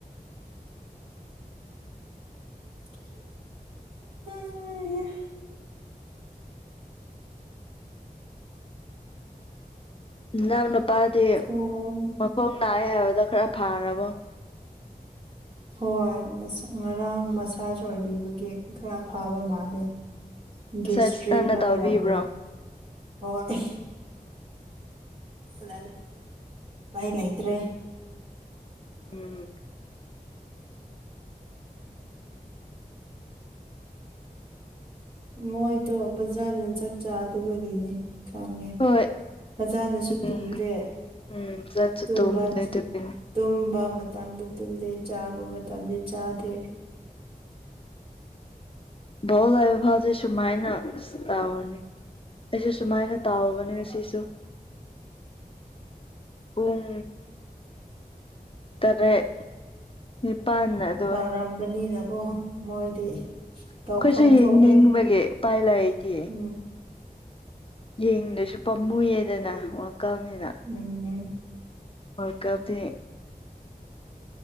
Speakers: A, on the right; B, on the left.
A: <unintelligible>
B: ꯏꯅꯥꯎ ꯅꯨꯄꯥꯗꯤ
A: ꯈꯣꯡ
B: ꯃꯈꯣꯡ ꯅꯥꯏ ꯍꯥꯏꯕꯗꯣ ꯈꯔ ꯐꯥꯔꯕꯣ
A: ꯍꯣꯏ ꯉꯔꯥꯡ ꯃꯁꯥꯖ ꯑꯣꯏꯕꯤꯕꯒꯤ ꯈꯔ ꯐꯥꯕ ꯃꯥꯂꯦ
B: ꯃꯁꯥꯁ
A: ꯒꯦꯁꯇ꯭ꯔꯤꯛꯅ
B: ꯅꯪꯅ
A: ꯑꯣꯏꯔꯝꯕꯣꯏ
B: ꯇꯧꯕꯤꯕ꯭ꯔꯣ
A: ꯍꯣꯏ ꯁꯂꯗꯦ ꯥꯏ ꯂꯣꯏꯇ꯭ꯔꯦ
B: ꯎꯝ
A: ꯃꯣꯏꯗꯣ ꯐꯖꯅ ꯆꯥꯛ ꯆꯥꯗꯕꯒꯤꯅꯦ ꯈꯪꯉꯦ
B: ꯍꯣꯏ
A: ꯐꯖꯥꯗꯁꯨ
B: ꯎꯝ
A: ꯇꯨꯝꯗꯦ
B: <unintelligible>
A: ꯇꯨꯝꯕ ꯇꯨꯝꯕ ꯃꯇꯝꯗ ꯇꯨꯝꯗꯦ ꯆꯥꯕ ꯃꯇꯝꯗꯤ ꯆꯥꯗꯦ
B: <unintelligible> ꯐꯥꯎꯗꯤ ꯁꯨꯃꯥꯏꯅ ꯇꯧꯔꯤꯅꯤ ꯑꯩꯁꯨ ꯁꯨꯃꯥꯏꯅ ꯇꯥꯎꯕꯅꯦ ꯁꯤꯁꯨ ꯄꯨꯡ ꯇꯔꯦꯠ ꯅꯤꯄꯥꯟ ꯑꯗꯣꯏ
A: ꯇꯥꯝꯕꯅꯤꯅꯀꯣ ꯃꯣꯏꯗꯤ
B: ꯑꯩꯈꯣꯏꯁꯨ
A: ꯇꯧꯐꯝ ꯊꯣꯛꯑꯦ
B: ꯌꯦꯡꯅꯤꯡꯕꯒꯤ ꯎꯄꯥꯏ ꯂꯩꯇꯤꯌꯦ
A: ꯎꯝ
B: ꯌꯦꯡꯗꯁꯨ ꯄꯥꯝꯃꯨꯌꯦꯗꯅ ꯋꯥꯀꯞꯅꯤꯅ
A: ꯎꯝ
B: ꯋꯥꯜꯀꯞꯇꯤ